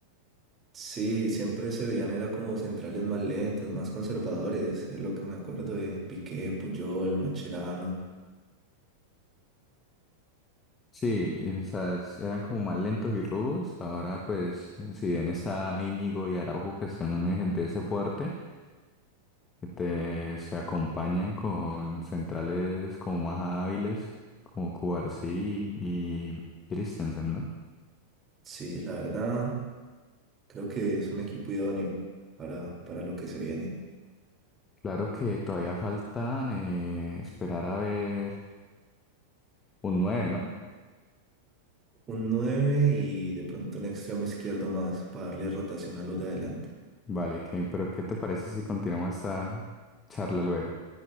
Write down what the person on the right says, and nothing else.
Sí, siempre se veían, era como centrales más lentos, más conservadores, es lo que me acuerdo de Piqué, Puyol, Macherano.
Sí, la verdad, creo que es un equipo idóneo para, para lo que se viene.
Un nueve y de pronto un extremo izquierdo más para darle rotación a los de adelante.